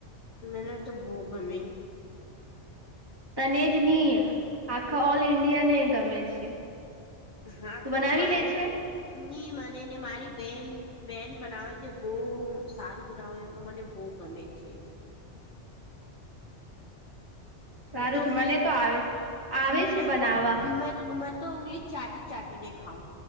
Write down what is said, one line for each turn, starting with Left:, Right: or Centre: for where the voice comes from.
Left: મેને તો બુ ગમે.
Right: તને જ નહીં, આખા ઓલ ઇન્ડિયા ને ગમે છે.
Left: હા
Right: તું
Left: તો
Right: બનાવી
Left: મારી
Right: લે છે
Left: ની મને ને મારી બેન બેન બનાવે છે, બહુ સારું બનાવે તો મને બહુ ગમે છે.
Right: સારું
Left: તો
Right: છે
Left: <unintelligible>
Right: મને તો આવે આવે
Left: મને
Right: છે બનાવવા
Left: મ તો મે તો ઊંગલી ચાટી-ચાટીને ખાઉં,